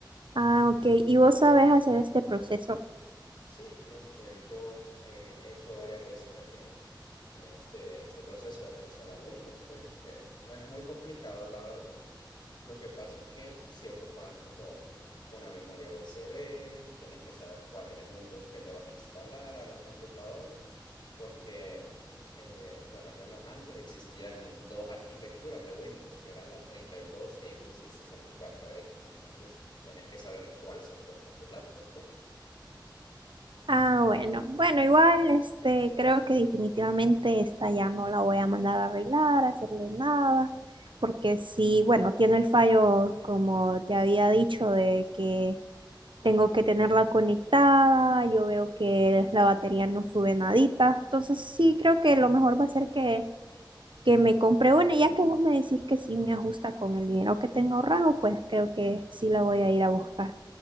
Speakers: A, on the right; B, on the left.
A: Ah, ok. ¿Y vos sabés hacer este proceso?
B: Sí, este, yo eh, he hecho varias veces eh, eh, este, este proceso de reinstalar Windows, pues este, no es muy complicado, la verdad. Lo que pasa es que si ocupas como una memoria USB, tenés que saber cuál es el Windows que le vas a instalar a la computadora, porque, eh, bueno, al menos antes existían dos arquitecturas de Windows, que era la treinta y dos x y sesenta y cuatro x entonces tenés que saber cuál soporta tu laptop, pues.
A: Ah, bueno. Bueno, igual, este, creo que definitivamente esta ya no la voy a mandar a arreglar, a hacerle nada, porque sí, bueno, tiene el fallo, como te había dicho, de que Tengo que tenerla conectada, yo veo que la batería no sube nadita. Entonces sí, creo que lo mejor va a ser que, que me compre una. Ya que vos me decís que sí me ajusta con el dinero que tengo ahorrado, pues creo que sí la voy a ir a buscar.